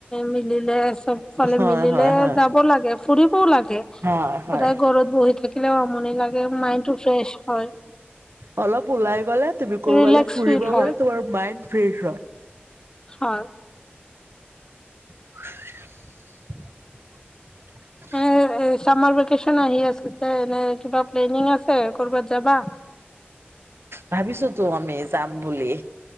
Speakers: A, on the left; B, on the right.
A: মিলিলে সবফালে
B: হয়
A: মিলিলে
B: হয় হয়
A: যাব লাগে ফুৰিবও লাগে সদায়
B: হয় হয়
A: ঘৰত বহি থাকিলেও আমনি, ভাল লাগে মাইন্ড টো ফ্ৰেছ হয়।
B: অলপ ওলাই গলে তুমি ফুৰিব
A: ৰিলেক্স ফিল হয়
B: গলে টোমাৰ মাইণ্ড ফ্ৰেজ হয়।
A: হয়।
B: <inaudible>
A: এ চামাৰ ভেকেচন আহি আছে এনে কিবা প্লেনিং আছে কৰ'ৰবাত যাবা।
B: ভাবিছো তো আমি যাম বুলি।